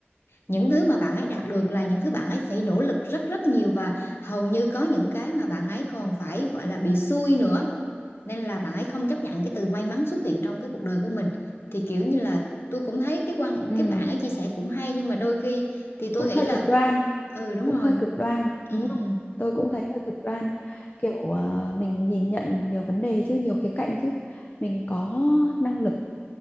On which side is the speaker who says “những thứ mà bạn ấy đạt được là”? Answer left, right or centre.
Left